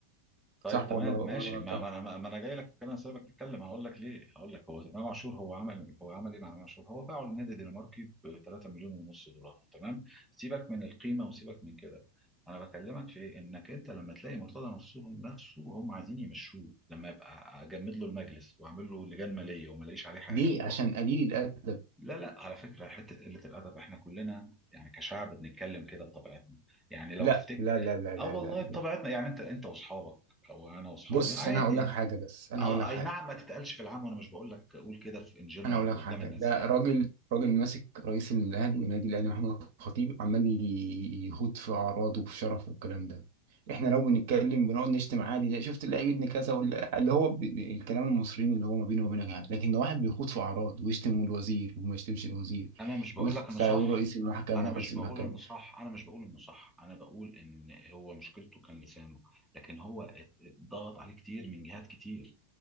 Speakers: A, in the centre; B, on the right.
A: طيب
B: صح
A: تمام
B: ولا غلط
A: ماشي
B: ولا أنا غلطان
A: ما ما انا ما ما انا جاي لك في الكلام سايبك تتكلم هقول لك ليه هقول لك هو امام عاشور هو عمل هو عمل ايه مع امام عاشور هو باعه للنادي الدنماركي ب 3 مليون ونص دولار تمام سيبك من القيمه وسيبك من كده انا بكلمك في إيه؟ انك انت لما تلاقي مرتضى منصور نفسه هم عايزين يمشوه لما يبقى اجمد له المجلس واعمل له لجان ماليه وما الاقيش عليه حاجه
B: ليه عشان قليل الادب
A: لا لا على فكرة حتة قلة الأدب إحنا كلنا يعني كشعب بنتكلم كده بطبيعتنا يعني لو
B: لا
A: تفتك
B: لا لا لا لا
A: آه والله
B: لا
A: بطبيعتنا
B: لا
A: يعني أنت أنت وأصحابك أو أنا وأصحابي
B: بص
A: عادي
B: انا هقول لك حاجه بس انا
A: آه
B: هقول لك حاجه
A: أي نعم ما تتقالش في العام وأنا مش بقول لك قول كده في إن جنرال
B: انا اقول لك
A: قدام
B: حاجه
A: الناس
B: ده راجل راجل ماسك رئيس الاهلي النادي الاهلي محمد الخطيب عمال ي- يخوض في اعراضه وفي شرفه والكلام ده احنا لو بنتكلم بنقعد نشتم عادي ده شفت اللعيب ابن كذا ولا- اللي هو ب... الكلام المصريين اللي هو ما بينه وما بينك لكن لو واحد بيخوض في اعراض ويشتم الوزير وما يشتمش الوزير
A: أنا مش بقول
B: ويطلع
A: لك إنه صح
B: يقول رئيس المحكمه
A: أنا
B: ورئيس
A: مش بقول
B: المحكمه
A: إنه صح أنا مش بقول إنه صح أنا بقول إن هو مشكلته كان لسانه لكن هو ات- اتضغط عليه كتير من جهات كتير